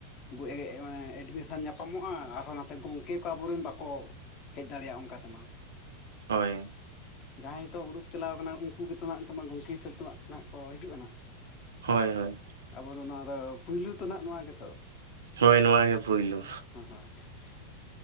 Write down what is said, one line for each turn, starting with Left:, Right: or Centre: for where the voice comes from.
Left: ᱵᱚ ᱮᱜ ᱢᱟᱱᱮ ᱮᱰᱢᱤᱥᱮᱱ ᱧᱟᱯᱟᱢᱚᱜ-ᱟ ᱟᱨᱦᱚᱸ ᱱᱟᱛᱮ ᱜᱚᱝᱠᱮ ᱠᱚ ᱟᱵᱚᱨᱮᱱ ᱵᱟᱠᱚᱼᱼ ᱦᱮᱡ ᱫᱟᱲᱮᱭᱟᱜ-ᱟ ᱚᱱᱠᱟ ᱛᱮᱢᱟ᱾
Right: ᱦᱳᱭ᱾
Left: ᱡᱟᱦᱟᱸᱭ ᱦᱤᱛᱚᱜ ᱩᱰᱩᱠ ᱪᱟᱞᱟᱣ ᱠᱟᱱᱟ ᱩᱱᱠᱩ ᱜᱤᱛᱚ ᱱᱟᱦᱟᱸᱜ ᱱᱤᱛᱚᱜ ᱢᱟ ᱜᱚᱝᱠᱮ ᱦᱤᱥᱟᱹᱵᱽ ᱛᱮ ᱢᱟ ᱱᱟᱦᱟᱸᱜ ᱠᱚ ᱦᱤᱡᱩᱜ-ᱟ ᱱᱟᱦᱟᱸᱜ᱾
Right: ᱦᱚᱭ ᱦᱚᱭ᱾
Left: ᱟᱵᱚ ᱫᱚ ᱱᱚᱣᱟ ᱫᱚ ᱯᱩᱭᱞᱩ ᱛᱚ ᱱᱟᱦᱟᱸᱜ ᱱᱚᱣᱟ ᱜᱮᱛᱚ᱾
Right: ᱦᱚᱭ ᱱᱚᱣᱟ ᱜᱮ ᱯᱩᱭᱞᱩ᱾
Left: ᱦᱚᱸ ᱦᱚᱭ ᱾